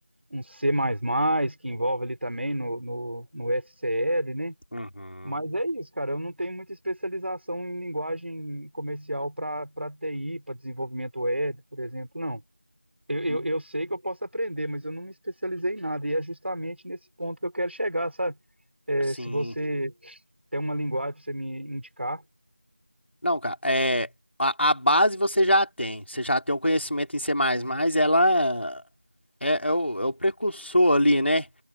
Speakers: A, on the right; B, on the left.
A: um C++, que envolve ali também no, no, no SCL, né?
B: uhum.
A: Mas é isso, cara. Eu não tenho muita especialização em linguagem comercial para para TI, para desenvolvimento web, por exemplo, não. Eu, eu,
B: Hum,
A: eu sei que eu posso aprender, mas eu não me especializei em nada. E é justamente nesse ponto que eu quero chegar, sabe? É,
B: Sim.
A: se você tem uma linguagem para você me indicar,
B: Não, cara, é, a, a base você já tem. Você já tem o conhecimento em C++, ela é, é o, é o precursor ali, né?